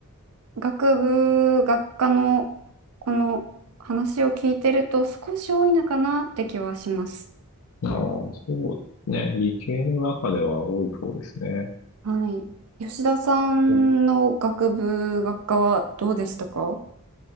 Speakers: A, on the right; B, on the left.
A: 学部学科のこの話を聞いてると少し多いのかなって気はします。
B: ああ、そうですね。理系の中では多い方ですね。
A: はい。吉田さんの学部学科はどうでしたか
B: ぼ